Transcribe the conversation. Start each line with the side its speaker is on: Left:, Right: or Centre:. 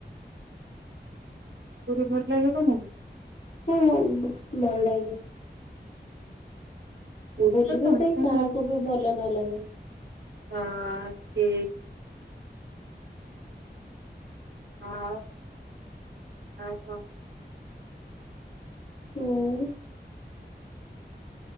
Right: ପୁରୀ ଭଲ ଲାଗେ ତମକୁ?
Left: ହଁ ଭଲ ଲାଗେ।
Right: ପୁରୀ
Left: ବୁଲିବା
Right: ତ ସମସ୍ତଙ୍କୁ
Left: ପାଇଁ କାହାକୁ
Right: ଭଲ
Left: ବି ଭଲ ନ ଲାଗେ।
Right: ହଁ ଠିକ୍ ହଁ। ଆଉ ଆଉ କଣ?
Left: ହୁଁ